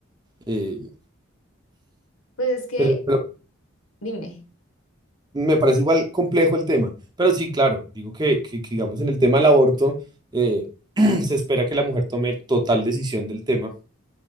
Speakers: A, on the right; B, on the left.
A: Eh,
B: Pues es que,
A: pero, pero
B: dime,
A: me parece igual complejo el tema. Pero sí, claro, digo que, que, que digamos, en el tema del aborto, eh, <clears throat> se espera que la mujer tome total decisión del tema